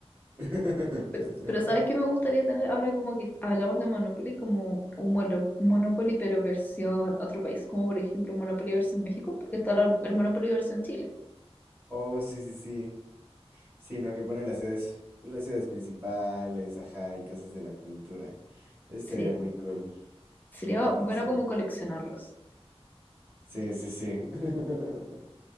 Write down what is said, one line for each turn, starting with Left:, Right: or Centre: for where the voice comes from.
Right: <laughs>
Left: Pero, pero ¿sabes qué me gustaría tener ahora como que hablamos de Monopoly como un mono- Monopoly pero versión otro país, como por ejemplo un Monopoly versión México, porque está la- el Monopoly versión Chile.
Right: Oh, sí, sí, sí. Sí, no, que pone las ciudades, las ciudades principales, ajá, y cosas de la cultura. Eso estaría
Left: Sí,
Right: muy cool.
Left: sería
Right: La verdad
Left: bueno
Right: que sí.
Left: como coleccionarlos.
Right: Sí, sí, sí. <laughs>